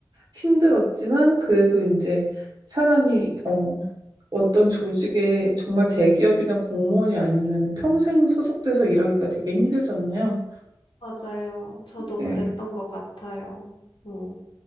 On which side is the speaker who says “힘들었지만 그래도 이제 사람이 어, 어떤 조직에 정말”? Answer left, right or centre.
Right